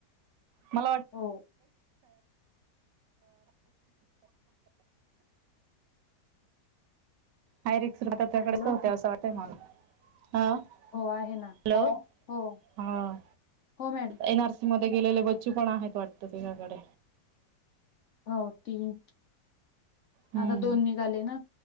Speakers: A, on the right; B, on the left.
A: मला वाट <unintelligible>
B: हो
A: हाय रिक्स. <unintelligible> असं
B: हॅलो
A: वाटतय मला. हा
B: हो आहे ना
A: हॅलो
B: हो हो
A: हा
B: मॅडम.
A: एन आर सी मध्ये गेलेले बच्चू पण आहेत वाटत तुझ्याकडे
B: हो तीन.
A: हम्म
B: आता दोन निघाले ना